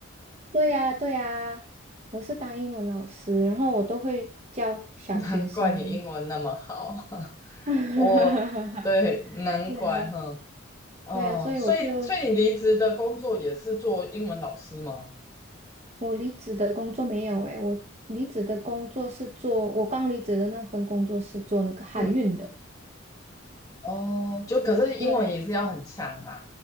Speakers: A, on the right (about 30°); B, on the left (about 15°).
A: 对呀，对呀，我是当英文老师，然后我都会教小学生。
B: <laughs> 难怪你英文那么好。<laughs>
A: <laughs>
B: 我，对，难怪，
A: 对啊，
B: 哼，嗯，
A: 对啊，所以我就，
B: 所以，所以你离职的工作也是做英文老师吗？
A: 我离职的工作没有诶，我离职的工作是做，我刚离职的那份工作是做那个海运的。
B: 嗯，哦，就可是英文也是要很强啊。
A: 对